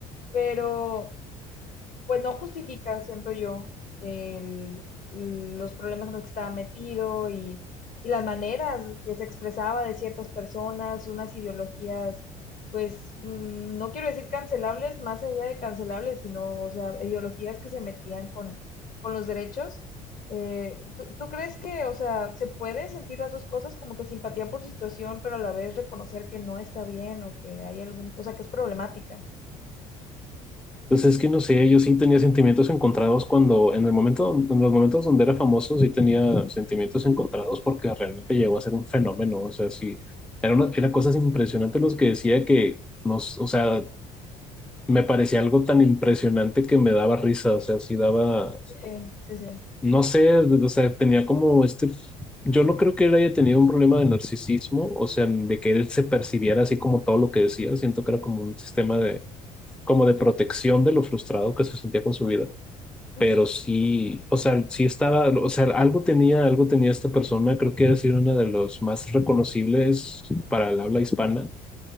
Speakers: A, on the left; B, in the centre.
A: pero pues no justifica siento yo, el- los problemas en los que estaba metido y, y las maneras que se expresaba de ciertas personas, unas ideologías, pues mm, no quiero decir cancelables, más allá de cancelables, sino, o sea, ideologías que se metían con, con los derechos. Eh, ¿tú, tú crees que, o sea, se puede sentir las dos cosas como que simpatía por su situación, pero a la vez reconocer que no está bien o que hay algún, o sea, que es problemática?
B: Pues es que no sé, yo sí tenía sentimientos encontrados cuando, en el momento, en los momentos donde era famoso, sí tenía sentimientos encontrados porque realmente llegó a ser un fenómeno. O sea, sí, era una, era cosas impresionantes los que decía que nos, o sea, me parecía algo tan impresionante que me daba risa. O sea, sí daba,
A: Sí, sí, sí.
B: no sé, o sea, tenía como este, yo no creo que él haya tenido un problema de narcisismo, o sea, de que él se percibiera así como todo lo que decía. Siento que era como un sistema de, como de protección de lo frustrado que se sentía con su vida
A: Ujú.
B: pero sí, o sea, sí estaba, o sea, algo tenía, algo tenía esta persona, creo que es una de los más reconocibles para el habla hispana,